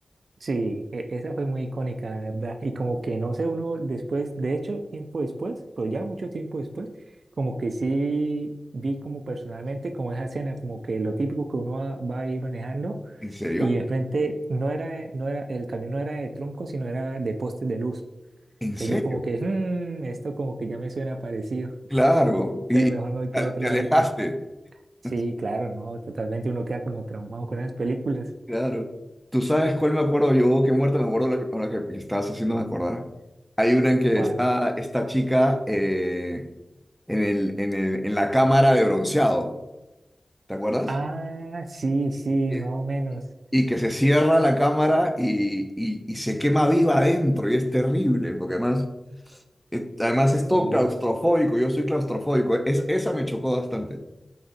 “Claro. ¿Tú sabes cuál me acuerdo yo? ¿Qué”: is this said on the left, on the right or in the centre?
Centre